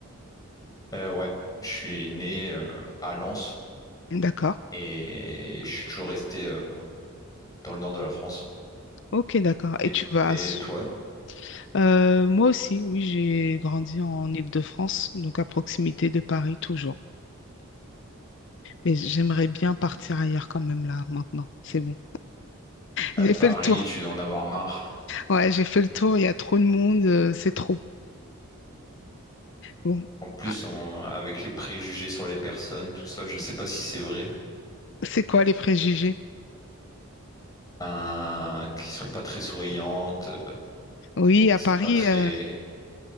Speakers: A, on the left; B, on the left.
A: Euh, ouais, je suis né euh, à Lens
B: D'accord.
A: et je suis toujours resté euh, dans le nord de la France.
B: Ok, d'accord. Et
A: Et,
B: tu vas...
A: et
B: à S-
A: toi,
B: Euh, moi aussi, oui, j'ai grandi en Île-de-France, donc à proximité de Paris toujours. Mais j'aimerais bien partir ailleurs quand même là, maintenant. C'est bon.
A: à
B: J'ai
A: Paris,
B: fait le tour.
A: tu dois en avoir marre.
B: Ouais, j'ai fait le tour, il y a trop de monde, euh, c'est trop. Bon,
A: En plus,
B: Ah,
A: on- avec les préjugés sur les personnes, tout ça, je sais pas si c'est vrai,
B: c'est quoi les préjugés?
A: hein, qui sont pas très souriantes, euh,
B: Oui, à
A: qui
B: Paris,
A: sont pas très,
B: euh,